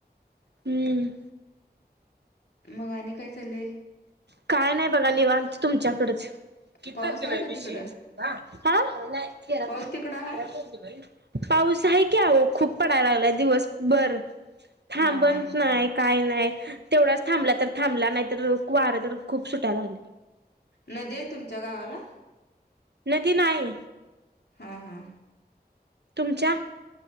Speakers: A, on the right; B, on the left.
A: हम्म
B: मगा आणि काय चाललेय
A: काय नाही बघा निवांत तुमच्याकडेच किती
B: पाऊस
A: तारखेला आहे
B: का
A: दिशी
B: तिकडं
A: ह नाही तेरा
B: पाऊस
A: तारखेला
B: तिकडं आहे
A: तेरा तारखेला आहे पाऊस आहे कीह खूप पडायला लागलाय दिवस बर थांबन
B: हा हा
A: नाही काय नाही तेवढाच थांबला तर थांबला नाही तर कु वार तर खूप सुटायला लागली
B: न दे तुमच्या गावाला
A: नदी नाही
B: हां हां
A: तुमच्या